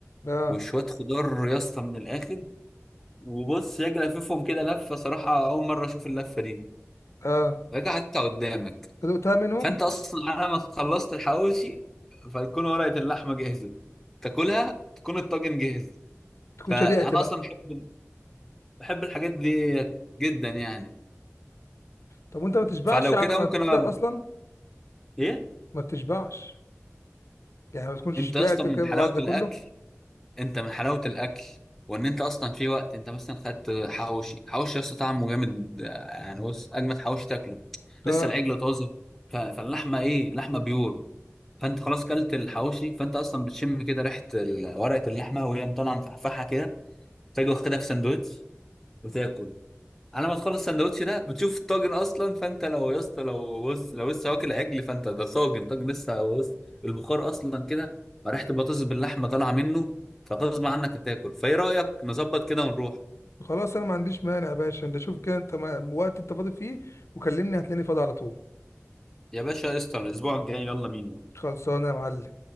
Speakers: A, on the left; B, in the centre.
A: اه
B: وشويه خضار يا اسطى من الاخر وبص يجي لففهم كده لفه صراحه اول مره اشوف اللفه دي
A: اه
B: راجع انت قدامك
A: فدقتها منهم
B: فانت اصلا على ما خلصت الحواوشي فيكون ورقه اللحمه جاهزه تاكلها تكون الطاجن جاهز
A: تكون
B: فانا
A: شبعت بقى
B: اصلا بحب بحب الحاجات دي جدا يعني
A: طب وانت ما تشبعش
B: فلو
A: على
B: كده
A: ما
B: ممكن
A: تبدا
B: أ...
A: اصلا
B: ايه
A: ما بتشبعش يعني ما تكونش
B: انت
A: شبعت
B: اصلا
A: كده
B: من حلاوه
A: بعد ده
B: الاكل
A: كله
B: انت من حلاوه الاكل وان انت اصلا في وقت انت مثلا خدت حواوشي حواوشي اصلا طعمه جامد يعني بص اجمد حواوشي تاكله لسه
A: آه.
B: العجل طازه ف... فاللحمه ايه لحمه بيور فانت خلاص كلت الحواوشي فانت اصلا بتشم كده ريحه ال- ورقه اللحمه وهي مطالعه مفحفحه كده تاجي واخدها في سندوتش وتاكل على ما تخلص السندوتش ده بتشوف الطاجن اصلا فانت لو يا اسطى لو بص لو لسه واكل عجل فانت ده طاجن طاجن لسه بص البخار اصلا كده ريحه البطاطس باللحمه طالعه منه فغصب عنك هتاكل فايه رايك نظبط كده ونروح
A: خلاص انا ما عنديش مانع يا باشا انت شوف كده انت ما- وقت انت فاضي فيه وكلمني هتلاقيني فاضي على طول
B: يا باشا قشطة الأسبوع الجاي يلا بينا
A: خلصانه يا معلم